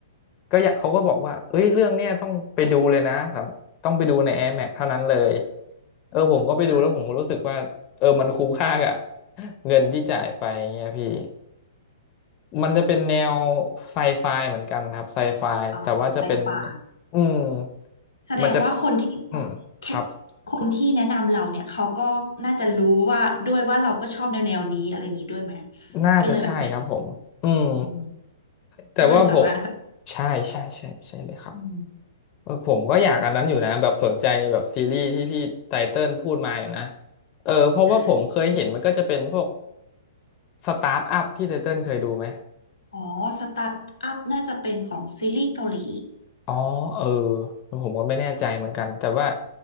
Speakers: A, on the left; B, on the left.
A: ก็อยากเขาก็บอกว่าเอ้ยเรื่องเนี้ยต้องไปดูเลยนะสำต้องไปดูใน Air Max เท่านั้นเลยเออผมก็ไปดูแล้วผมก็รู้สึกว่าเออมันคุ้มค่ากับ
B: อ่ะ
A: เงินที่จ่ายไปเงี้ยพี่มันจะเป็นแนวไซไฟเหมือนกันครับไซไฟแต่ว่าจะเป็น
B: อ๋อไฟฟ้า
A: อืม
B: แสดงว่าคนที่
A: มันจะอืมครับ
B: แคคนที่แนะนำเราเนี่ย เขาก็น่าจะรู้ว่าด้วยว่าเราก็ชอบแนวแนวนี้อะไรอย่างนี้ด้วยไหม
A: น่าจะใช่ครับผมอืม
B: ก็เลยแบบไหนอืม
A: แต่ว่าผม
B: ก็เลยสามารถแบบ
A: ใช่ใช่ใช่ใช่เลยครับ
B: อืม
A: เออผมก็อยากอันนั้นอยู่นะแบบสนใจแบบซีรีส์ที่พี่ไตเติ้ลพูดมาอยู่นะเออเพราะว่าผมเคยเห็นมันก็จะเป็นพวก
B: อ่า
A: สตาร์ทอัพที่ไตเติ้ลเคยดูไหม
B: อ๋อ สตาร์ทอัพน่าจะเป็นของซีรีส์เกาหลี
A: อ๋อเออผมก็ไม่แน่ใจเหมือนกันแต่ว่า